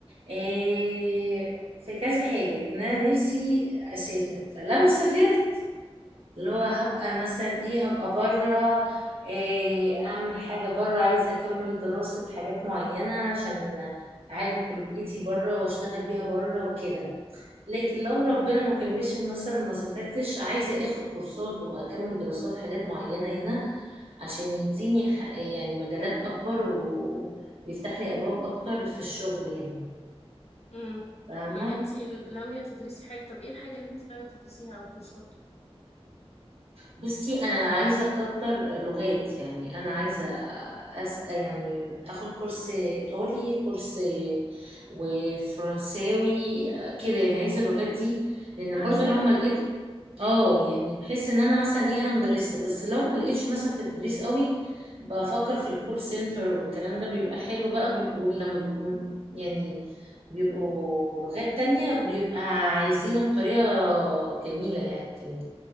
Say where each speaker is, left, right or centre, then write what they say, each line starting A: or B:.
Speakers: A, on the right (about 65°); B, on the left (about 85°).
A: إيه في كذا حاجه ان انا نفسي اسافر فلو سافرت اللي هو هبقى مثلا ايه هبقى بره إيه اعمل حاجه بره عايزه اكمل دراسه حاجات معينه عشان اعاده كليتي بره واشتغل بيها بره وكده لكن لو ربنا ما كملش مثلا ما سافرتش عايزة اخد كورسات واكمل دراسات حاجات معينة هنا عشان يديني ح- يعني مجالات اكبر ويفتح لي ابواب اكتر في الشغل هنا
B: امم
A: فاهمة
B: يعني انتي ناوية تدرسي حاجة طب ايه الحاجة اللي انتي ناوية تدرسيها او الكورسات
A: بصي انا عايزة اكتر لغات يعني انا عايزة أس يعني اخد كورس ايطالي كورس وفرنساوي كده يعني عايزة اللغات دي لان
B: عسل
A: برضو لو ما لقيت اه يعني بحس ان انا مثلا ايه انا مدرسة بس لو ما لقيتش مثلا في التدريس قوي بفكر في الكول سنتر والكلام ده بيبقى حلو بقى بيبقوا لما بيبقوا م- يعني بيبقوا لغات تانية بيبقى عايزينه بطريقة جميلة يعني كلام